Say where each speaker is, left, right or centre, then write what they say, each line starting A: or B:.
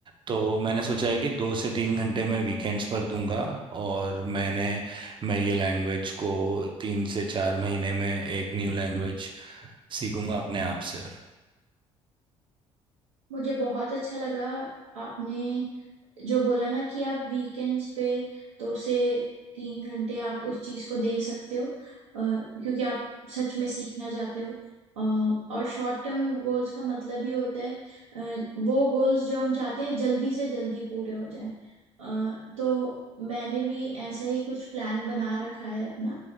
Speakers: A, on the right (about 30°); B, on the right (about 80°).
A: तो मैंने सोचा है कि दो से तीन घंटे मैं वीकेंड्स पर दूंगा और मैंने मैं ये लैंग्वेज को तीन से चार महीने में एक न्यू लैंग्वेज सीखूंगा अपने आप से
B: मुझे बहुत अच्छा लगा आपने जो बोला ना कि आप वीकेंड्स पे दो से तीन घंटे आप उस चीज को दे सकते हो अ, क्योंकि आप सच में सीखना चाहते हो अ, और शॉर्ट टर्म गोल्स का मतलब ही होता है अ, वो गोल्स जो हम चाहते हैं जल्दी से जल्दी पूरे हो जाएं अ, तो मैंने भी ऐसा ही कुछ प्लान बना रखा है अपना